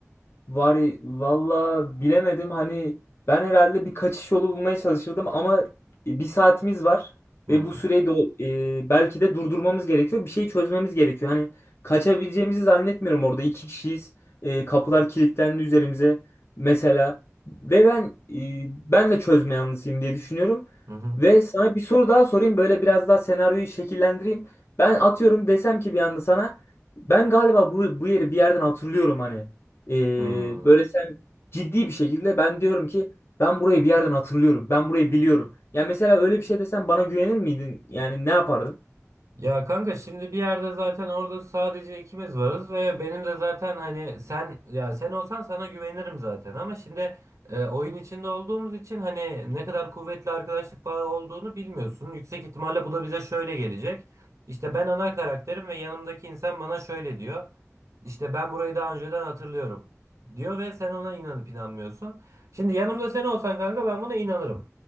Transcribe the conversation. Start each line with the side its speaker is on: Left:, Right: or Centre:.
Left: Var valla bilemedim hani ben herhalde bir kaçış yolu bulmaya çalışırdım ama e, bir saatimiz var
Right: Hmm.
Left: ve bu süreyi de e, belki de durdurmamız gerekiyor. Bir şey çözmemiz gerekiyor. Hani kaçabileceğimizi zannetmiyorum orada iki kişiyiz. E, kapılar kilitlendi üzerimize mesela ve ben e, ben de çözme yanlısıyım diye düşünüyorum.
Right: Hı hı.
Left: Ve sana bir soru daha sorayım böyle biraz daha senaryoyu şekillendireyim. Ben atıyorum desem ki bir anda sana ben galiba bu, bu yeri bir yerden hatırlıyorum hani. Ee,
Right: Hmm.
Left: böyle sen ciddi bir şekilde ben diyorum ki ben burayı bir yerden hatırlıyorum. Ben burayı biliyorum. Yani mesela öyle bir şey desen bana güvenir miydin? Yani ne yapardın?
Right: Ya kanka şimdi bir yerde zaten orada sadece ikimiz varız ve benim de zaten hani sen ya sen olsan sana güvenirim zaten ama şimdi e, oyun içinde olduğumuz için hani ne kadar kuvvetli arkadaşlık bağı olduğunu bilmiyorsun. Yüksek ihtimalle bu da bize şöyle gelecek. İşte ben ana karakterim ve yanımdaki insan bana şöyle diyor. İşte ben burayı daha önceden hatırlıyorum diyor ve sen ona inanıp inanmıyorsun. Şimdi yanımda sen olsan kanka ben buna inanırım.